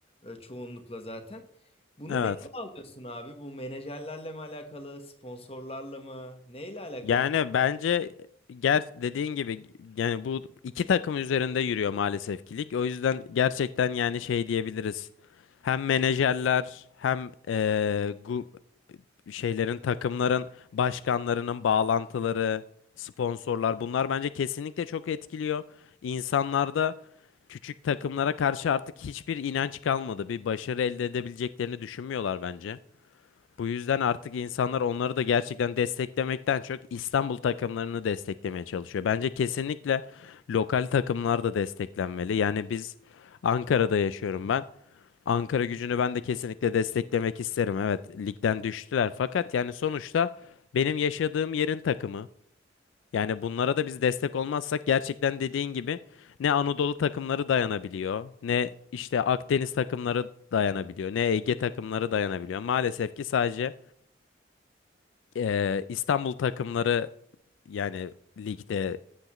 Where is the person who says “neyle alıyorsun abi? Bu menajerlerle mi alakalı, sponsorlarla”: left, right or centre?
Left